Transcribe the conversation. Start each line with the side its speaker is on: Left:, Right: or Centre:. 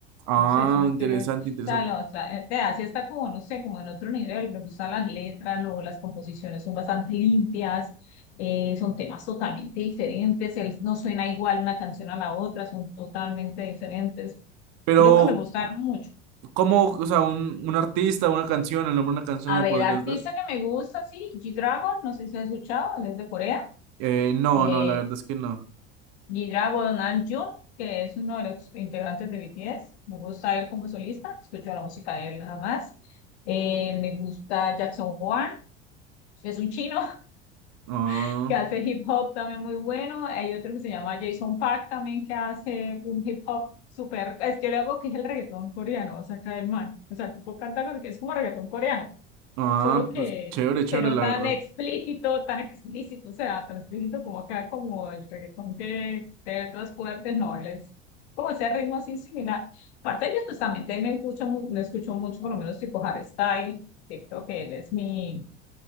Right: ah,
Left: No sé, son estudios,
Right: interesante,
Left: o
Right: interesante.
Left: sea, la otra, te hace está como, no sé, como en otro nivel, me gustan las letras, lo, las composiciones son bastante limpias, eh, son temas totalmente diferentes, el- no suena igual una canción a la otra, son totalmente diferentes.
Right: Pero,
Left: Creo que me gustan mucho.
Right: ¿cómo, o sea, un, un artista, una canción, el nombre de una canción
Left: A
Right: me
Left: ver,
Right: podrías
Left: artista
Right: dar?
Left: que me gusta, sí, G-Dragon, no sé si has escuchado, él es de Corea,
Right: Eh, no,
Left: eh,
Right: no, la verdad es que no.
Left: Gira Nam-joon, que es uno de los integrantes de BTS. Me gusta él como solista, escucho la música de él nada más. Eh, me gusta Jackson Wang, es un chino
Right: Ah,
Left: <laughs> que hace hip hop también muy bueno. Hay otro que se llama Jason Park también que hace un hip hop súper. Es que yo le hago que es el reggaetón coreano, o sea, acá el man. O sea, el tipo canta que es como reggaetón coreano
Right: ah,
Left: solo que,
Right: pues chévere, chévere,
Left: que no
Right: la
Left: tan
Right: verdad.
Left: explícito, tan explícito, o sea, tan explícito como acá, como el reggaetón que de letras fuertes, no, él es como ese ritmo así similar. Aparte de ellos, pues también te- me escucho, mu- me escucho mucho, por lo menos tipo Harry Styles que creo que él es mi,